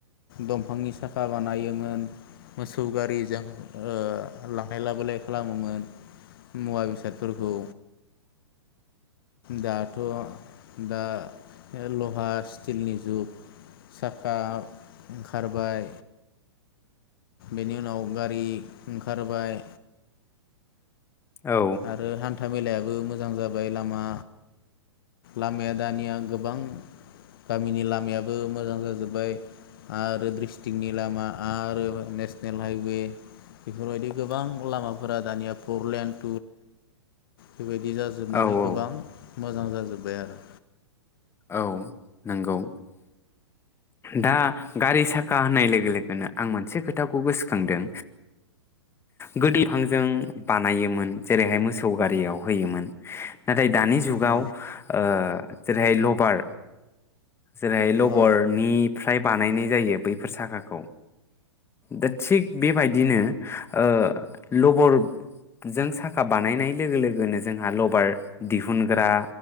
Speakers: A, on the left (about 50°); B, on the left (about 15°).
A: दंफांनि साखा बानायोमोन मोसौ गारिजों ओ लांलाय लाबोलाय खालामोमोन मुवा बेसादफोरखौ दाथ दा लहा स्टिलनि जुग साखा ओंखारबाय बेनि उनाव गारि ओंखारबाय
B: औ
A: आरो हान्था हान्थाामेलायाबो मोजां जाबाय लामा लामाया दानिया गोबां गामिनि लामायाबो मोजां जाजोब्बाय आरो ड्रिस्टिकनि लामा आरो नेसनेल हाइवे बेफोरबायदि गोबां लामाफोरा दानिया परलेण्ड बेबायदि जाजोबनानै
B: औ
A: गोबां
B: औ
A: मोजां जाजोब्बाय आरो
B: औ नगौ दा गारि साखा होननाय लोगो लोगोनो आं मोनसे खोथाखौ गोसोखांदों गोदो बिफांजों बानायोमोन जेरैहाय मोसौ गारियाव होयोमोन नाथाय दानि जुगाव
A: अ
B: ओ जेरैहाय ल बार जेरैहाय लबरनिफ्राय
A: औ
B: बानायनाय जायो बैफोर साखाखौ दा थिग बेबायदिनो ओ लबरजों साखा बानायनाय लोगो लोगोनो जोंहा लबार दिहुनग्रा